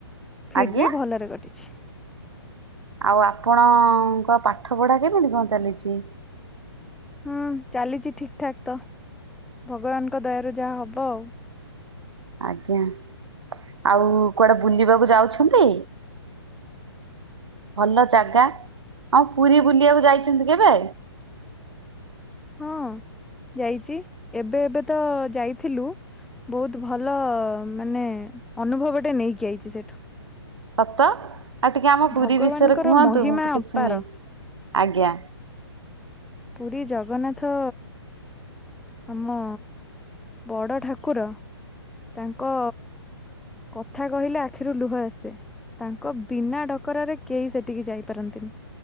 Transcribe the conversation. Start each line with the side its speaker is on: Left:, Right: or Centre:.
Centre: ଫିର
Right: ଆଜ୍ଞା
Centre: ବି ଭଲରେ କଟିଛି।
Right: ଆଉ ଆପଣଙ୍କ ପାଠ ପଢା କେମିତି କଣ ଚାଲିଛି?
Centre: ହୁଁ ଚାଲିଛି ଠିକ ଠାକ ତ ଭଗବାନଙ୍କ ଦୟାରୁ ଯାହା ହବ ଆଉ।
Right: ଆଜ୍ଞା ଆଉ କୁଆଡେ ବୁଲିବାକୁ ଯାଉଛନ୍ତି? ଭଲ ଜାଗା ଆଉ ପୁରୀ ବୁଲିବାକୁ ଯାଇଛନ୍ତି କେବେ?
Centre: ହଁ ଯାଇଛି ଏବେ ଏବେ ତ ଯାଇଥିଲୁ ବହୁତ ଭଲ ମାନେ ଅନୁଭବଟେ ନେଇକି ଆଇଚି ସେଠୁ।
Right: ସତ ଆଉ ଟିକେ ଆମ ପୁରୀ
Centre: ଭଗବାନଙ୍କର
Right: ବିଷୟରେ କୁହନ୍ତୁ
Centre: ମହିମା
Right: ମୁଁ ଟିକେ
Centre: ଅପାର
Right: ଶୁଣେ ଆଜ୍ଞା।
Centre: ପୁରୀ ଜଗନ୍ନାଥ ଆମ ବଡ ଠାକୁର ତାଙ୍କ କଥା କହିଲେ ଆଖିରୁ ଲୁହ ଆସେ। ତାଙ୍କ ବିନା ଡକରାରେ କେହି ସେଠିକି ଯାଇପାରନ୍ତିନି।